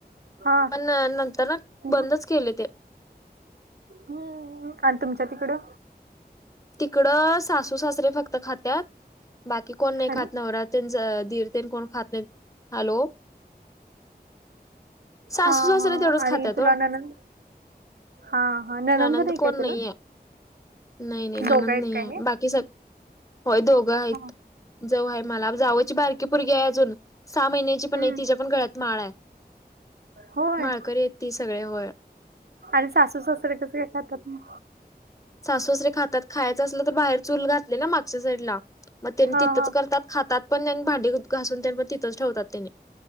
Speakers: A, on the right; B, on the left.
A: हा
B: पण नंतर ना
A: मग,
B: बंदच केले ते
A: हम्म आणि तुमच्या तिकडं
B: तिकडं सासू सासरे फक्त खात्याात बाकी कोण नाही
A: हॅलो
B: खात नवरात त्यांच दीर कोण खात न हॅलो सासूच
A: हा
B: असल
A: हा
B: तेवढच
A: आणि
B: खात्यातो
A: तुला ननंद हा हा ननंद
B: नणंद कोण
A: काय तुला
B: नाही आहे नाही नाही. नणंद
A: दोघं आहेत
B: नाही
A: काय
B: आहे
A: हे
B: बाकी सग होय दोघं
A: हा
B: आहीत. जावु आहे मला जावची बारकी पुरगी आहे अजून सहा महिन्या पण
A: हम्म
B: नाही तिच्या पण घरात माळ आहे,
A: होय
B: माळकरी आहे ती सगळे होय.
A: आणि सासू सासरे कस काय खातात मग?
B: सासू सासरे खातात खायचं असलं तर बाहेर चूल घातले ना मागच्या साईडला. मग त्यानी
A: हा
B: तिथंच
A: हा
B: करतात खातात पण आणि भांडी घासून पण तिथंच ठेवतात त्यांनी.